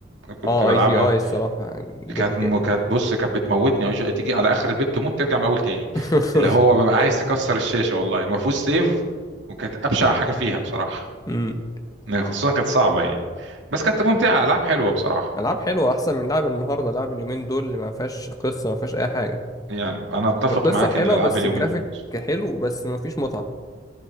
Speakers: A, on the right (about 70°); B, on the left (about 20°).
A: كنت
B: اه
A: بلعبها
B: اي جي اي الصراحة جبت
A: كانت م- كانت بص كانت بتموتني اي جي اي تيجي على اخر البيت تموت ترجع من اول تاني
B: <laughs>
A: اللي هو بيبقى عايز تكسر الشاشه والله ما فيهوش سيف وكانت ابشع حاجه فيها بصراحه
B: امم
A: يعني خصوصا كانت صعبة يعني بس كانت ممتعة ألعاب حلوة بصراحة
B: العاب حلوه احسن من لعب النهارده لعب اليومين دول اللي ما فيهاش قصه ما فيهاش اي حاجه
A: يعني أنا أتفق
B: القصه
A: معاك
B: حلوه
A: إن ألعاب
B: بس
A: اليومين
B: الجرافيك
A: دول
B: حلو بس ما فيش متعه